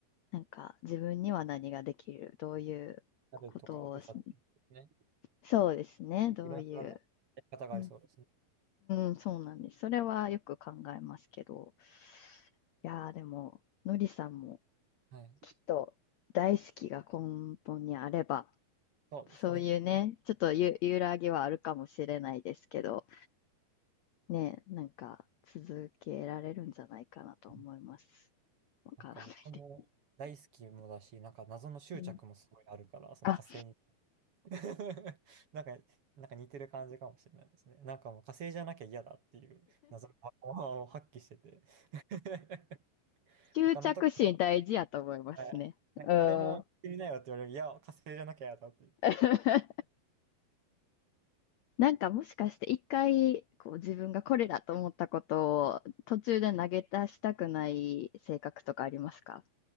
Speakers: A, on the left (about 80°); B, on the right (about 45°).
A: なんか、自分には何ができる、どういうことをし、
B: なるとかおっしゃってますね。
A: そうですね、どういう。
B: いろんなやり方がありそうですね。
A: うん、うんそうなんです。それはよく考えますけど。いやー、でも、のりさんも
B: はい。
A: きっと大好きが根本にあれば、
B: そうですね。
A: そういうね、ちょっとゆ揺らぎはあるかもしれないですけど、ね、なんか続けられるんじゃないかなと思います。
B: うん
A: わからないで。
B: なんか僕も大好きもだし、なんか謎の執着もすごいあるから、
A: うん、
B: その火星に。
A: あ、
B: <laughs> なんか、なんか似てる感じかもしれないですね。なんかもう火星じゃなきゃ嫌だっていう謎のパワーを発揮してて。<laughs>
A: 執着心大事やと思いますね。
B: 他のとこ、はいなんかこれも行ってみなよって言われる。
A: うん。
B: いや、火星じゃなきゃ嫌だって言って。
A: <laughs> なんかもしかして一回こう自分がこれだと思ったことを途中で投げ出したくない性格とかありますか